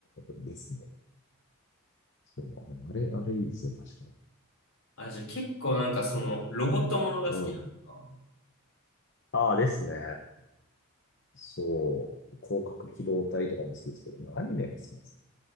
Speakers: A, on the left; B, on the left.
A: ですね。そう、あれ、あれいいですね、確かに。
B: あ、じゃあ結構なんかその、ロボットものが好きなのか。
A: うん。ああ、ですね。そう。広角機動隊とかも好きですけどね、アニメが好きなんですよ